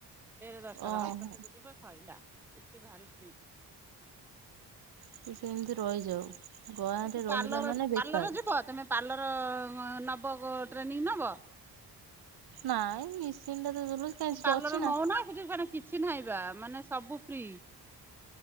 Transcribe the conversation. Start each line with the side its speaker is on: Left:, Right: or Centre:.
Centre: ଫେରେ ଦଶଟାରେ
Right: ଓହୋ
Centre: ହଷ୍ଟେଲକୁ ଯିବ ସଇଲା। ଏଠି ଭାରି ଷ୍ଟ୍ରିଟ୍।
Right: ସିଏ ସେମତି ରହିଯାଉ। ଗାଁରେ
Centre: ସିଟି
Right: ରହିଲା
Centre: ପାର୍ଲର
Right: ମାନେ
Centre: ପାର୍ଲର
Right: ବେକାର
Centre: ଯିବ? ତମେ ପାର୍ଲର ଲର ନବ ଟ୍ରେନିଂ ନବ?
Right: ନାଇଁ ମିସିନ୍ ଟା ତ ଚଲଉଚି କାଇଁ
Centre: ଏ
Right: ସେଠି
Centre: ପାର୍ଲର
Right: ଅଛି
Centre: ନଉନା
Right: ନା।
Centre: ସିଟି ଫେରେ କିଛି ନାହିଁ ବା, ମାନେ ସବୁ ଫ୍ରି।